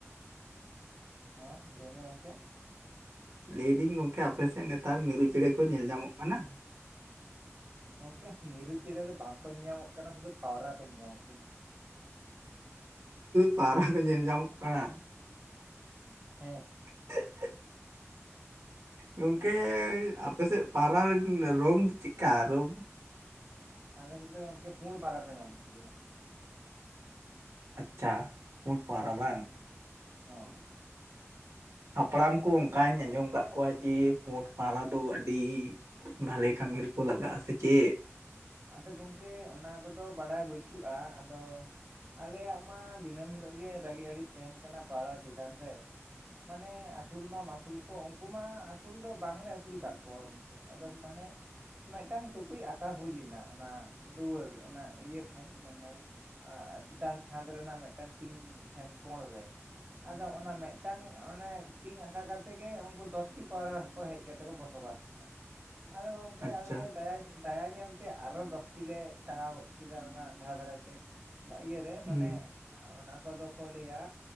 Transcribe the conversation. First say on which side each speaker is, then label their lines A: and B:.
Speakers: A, on the right; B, on the right.
A: ᱦᱮᱸ ᱞᱟᱹᱭ ᱢᱮ ᱜᱚᱢᱠᱮ
B: ᱞᱟᱹᱭᱫᱟᱹᱧ ᱜᱚᱝᱠᱮ ᱟᱯᱮᱥᱮᱫ ᱱᱮᱛᱟᱨ ᱢᱤᱨᱩ ᱪᱮᱸᱬᱮ ᱠᱚ ᱧᱮᱞ ᱧᱟᱢᱚᱜ ᱠᱟᱱᱟ ᱾
A: ᱜᱚᱢᱠᱮ ᱢᱤᱨᱩ ᱪᱮᱸᱬᱮ ᱫᱚ ᱵᱟᱝᱠᱚ ᱧᱮᱞ ᱧᱟᱢᱚᱜ ᱠᱟᱱᱟ ᱥᱩᱫᱩ ᱯᱟᱣᱨᱟ ᱠᱚ ᱧᱮᱞ ᱧᱟᱢᱚᱜ ᱠᱟᱱᱟ ᱾
B: ᱯᱟᱣᱨᱟ ᱠᱚ ᱧᱮᱞ ᱧᱟᱢᱚᱜ ᱠᱟᱱᱟ ᱾
A: ᱦᱮᱸ
B: <inaudible> ᱜᱚᱝᱠᱮ ᱟᱯᱮᱥᱮᱫ ᱯᱟᱣᱨᱟ ᱨᱮᱱ ᱨᱚᱝ ᱫᱚ ᱪᱮᱫᱠᱟ ᱨᱚᱝ
A: ᱟᱞᱮ ᱥᱮᱫ ᱫᱚ ᱜᱚᱝᱠᱮ ᱯᱳᱲ ᱯᱟᱨᱟ ᱠᱚ ᱧᱟᱢᱚᱜ ᱜᱮᱭᱟ
B: ᱟᱪᱪᱷᱟ ᱯᱳᱰ ᱯᱟᱣᱨᱟ ᱵᱟᱝ
A: ᱦᱚᱸ
B: ᱦᱟᱯᱲᱟᱢ ᱠᱚ ᱚᱱᱠᱟᱧ ᱟᱸᱡᱚᱢ ᱟᱠᱟᱫ ᱠᱚᱣᱟ ᱾ ᱠᱚᱣᱟᱜ ᱡᱮ ᱯᱳᱸᱰ ᱯᱟᱣᱨᱟ ᱫᱚ ᱟᱹᱰᱤ ᱵᱷᱟᱞᱮ ᱠᱟᱹᱢᱤ ᱨᱮᱠᱚ ᱞᱟᱜᱟᱜᱼᱟ ᱥᱮ ᱪᱮᱫ?
A: ᱟᱫᱚ ᱜᱚᱢᱠᱮ ᱚᱱᱟ ᱠᱚᱫᱚ ᱵᱟᱲᱟᱭ ᱵᱟᱹᱪᱩᱜᱼᱟ ᱟᱫᱚ ᱟᱞᱮᱭᱟᱜ ᱢᱟ ᱫᱤᱱᱟᱹᱢ ᱦᱤᱞᱳᱜ ᱜᱮ ᱨᱟᱹᱜᱤ ᱟᱲᱤᱥ ᱛᱟᱦᱮᱱ ᱠᱟᱱᱟ ᱯᱟᱣᱨᱟ ᱪᱮᱛᱟᱱ ᱨᱮ ᱢᱟᱱᱮ ᱟᱹᱥᱩᱞ ᱢᱟ ᱟᱹᱥᱩᱞ ᱠᱚ ᱩᱱᱠᱩ ᱢᱟ ᱟᱹᱥᱩᱞ ᱫᱚ ᱵᱟᱝᱞᱮ ᱟᱹᱥᱩᱞ ᱟᱠᱟᱫ ᱠᱚᱣᱟ ᱟᱫᱚ ᱢᱟᱱᱮ ᱢᱤᱫᱴᱟᱝ ᱴᱩᱠᱩᱡ ᱟᱸᱠᱟ ᱦᱩᱭ ᱞᱮᱱᱟ ᱾ ᱚᱱᱟ ᱫᱩᱣᱟᱹᱨ ᱚᱱᱟ ᱤᱭᱟᱹ ᱴᱷᱮᱱ ᱢᱟᱱᱮ ᱪᱮᱛᱟᱱ ᱪᱷᱟᱸᱫᱽ ᱨᱮᱱᱟᱜ ᱢᱤᱫᱴᱟᱝ ᱴᱤᱝ ᱴᱷᱮᱱ ᱠᱚᱸᱬ ᱨᱮ ᱟᱫᱚ ᱚᱱᱟ ᱢᱤᱫᱴᱟᱝ ᱚᱱᱮ ᱴᱤᱝ ᱟᱠᱚ ᱠᱟᱛᱮ ᱜᱮ ᱩᱱᱠᱩ ᱫᱚᱥᱴᱤ ᱯᱟᱣᱨᱟ ᱠᱚ ᱦᱮᱡᱽ ᱠᱟᱛᱮ ᱠᱚ ᱵᱚᱥᱚᱵᱟᱥ
B: <inaudible>
A: ᱾ ᱟᱫᱚ ᱜᱚᱝᱠᱮ
B: ᱟᱪᱪᱷᱟ
A: ᱟᱫᱚᱞᱮ ᱫᱟᱭᱟ ᱫᱟᱭᱟ ᱧᱮᱞᱛᱮ ᱟᱨᱚ ᱫᱚᱥᱴᱤ ᱞᱮ ᱴᱟᱸᱜᱟᱣ ᱜᱚᱫ ᱠᱮᱫᱟ ᱚᱱᱟ ᱫᱷᱟᱨᱮ ᱫᱷᱟᱨᱮᱛᱮ ᱵᱟ ᱤᱭᱟᱹᱨᱮ
B: ᱦᱩᱸ
A: ᱢᱟᱱᱮ ᱚᱱᱟ ᱠᱚᱫᱚ ᱠᱚ ᱞᱟᱹᱭᱟ